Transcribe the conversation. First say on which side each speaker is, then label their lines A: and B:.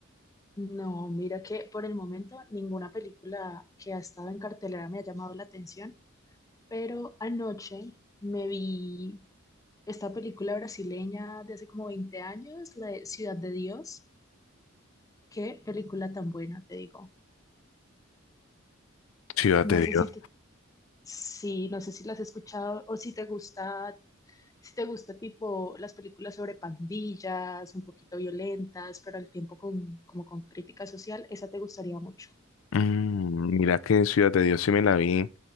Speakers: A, on the left; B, on the left.
A: No, mira que por el momento ninguna película que ha estado en cartelera me ha llamado la atención, pero anoche me vi esta película brasileña de hace como 20 años, la de Ciudad de Dios. Qué película tan buena, te digo.
B: Ciudad de
A: No sé
B: Dios.
A: si te- sí, no sé si la has escuchado o si te gusta si te gusta tipo las películas sobre pandillas, un poquito violentas, pero al tiempo con, como con crítica social, esa te gustaría mucho.
B: Mm, mira que Ciudad de Dios sí me la vi